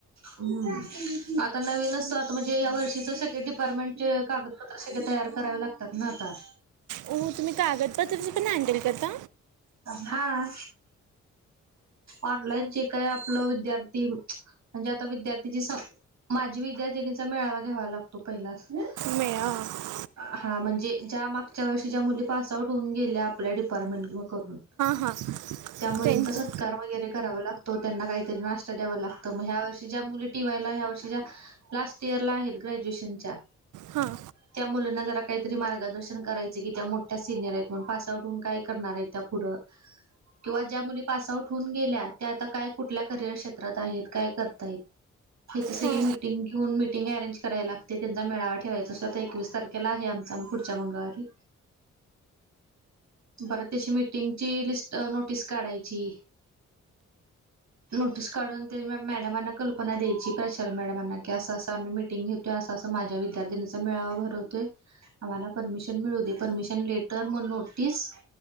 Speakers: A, on the right; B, on the right.
A: ह्म आता नवीनचतात म्हणजे या वर्षीच सगळे डिपार्टमेंटचे काग पत्रे सगळे तयार करावे लागतात ना आता
B: हो तुम्ही कागदत्रचं पण हँडल करता
A: हा. ऑनलाईन जे काय आपलं विद्यार्थी म्हणजे विद्यार्थीची माझी विद्यार्थिनीचा मेळावा घ्यावा लागतो पहिला <unintelligible>
B: मे हां
A: हा म्हणजे ज्या मागच्या वर्षी ज्या मुली पास आउट होऊन गेल्या आपल्या डिपार्टमेंट म करून
B: हां
A: त्या मुलींचा
B: त्यांचं
A: सत्कार वगैरे करावा लागतो, तो त्यांना काहीतरी नाशता द्यावं लागतं मग ह्या वर्षी ज्या मुली टिवायला ह्या वर्षी ज्या लास्ट इयर ला आहेत ग्रॅज्युएशन च्या
B: हां
A: त्या मुलांना जरा काहीतरी मार्गदर्शन करायचं की त्या मोठ्या सिनियर आहेत म्हणून पासआउट होऊन काय करणार आहेत त्या कड किंवा ज्या मुली पासआउट होऊन गेल्या त्या आता काय कुठल्या करियर क्षेत्रात आहेत काय कर तत.. त्याची सगळी
B: हां
A: मिटिंग घेऊन मिटिंग अरेंज कराय लागते त्यांचा मेळावा ठेवायचा असतो आता एकवीस तारखे केला आहे आमचा पुढच्या मंगळवारी, बरं त्याची मिटिंगची लिस्ट नोटीस काढायची नोटीस काढून ते मॅडमना कल्पना द्यायची प्रचार मॅडमांना की असं असं आम्ही मिटिंग घेतोय असं असं माझ्या विद्यार्थिनीचा मेळावा भरवतोय आम्हाला परमिशन मिळू दे परमिशन लेटर मग नोटीस